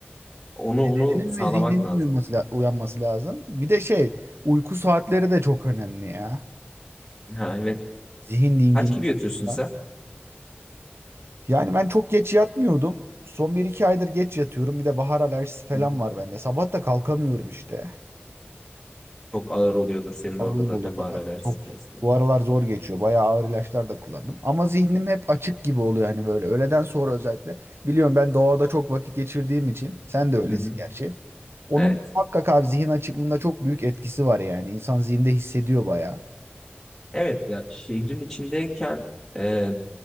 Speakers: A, in the centre; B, on the right (about 75°).
A: Onu
B: Bedeninin
A: onu sağlamak
B: ve zihninin
A: lazım.
B: uyuması la- uyanması lazım. Bir de şey, uyku saatleri de çok önemli ya.
A: Ha evet.
B: Zihin dinginliği
A: Kaç gibi yatıyorsun
B: açısından.
A: sen?
B: Yani ben çok geç yatmıyordum. Son bir iki aydır geç yatıyorum. Bir de bahar alerjisi falan
A: Hı.
B: var bende. Sabah da kalkamıyorum işte.
A: Çok ağır oluyordur senin
B: Ağır
A: orada zaten
B: oluyor
A: bahar
B: abi.
A: alerjisi
B: Çok
A: içerisinde.
B: bu aralar zor geçiyor. Bayağı ağır ilaçlar da kullandım. Ama zihnim hep açık gibi oluyor hani böyle. Öğleden sonra özellikle. Biliyorum ben doğada çok vakit geçirdiğim için. Sen de öylesin
A: Hı hı.
B: gerçi. Onun
A: Evet.
B: muhakkak abi zihin açıklığında çok büyük etkisi var yani. İnsan zihinde hissediyor bayağı.
A: Evet ya şehrin içindeyken e,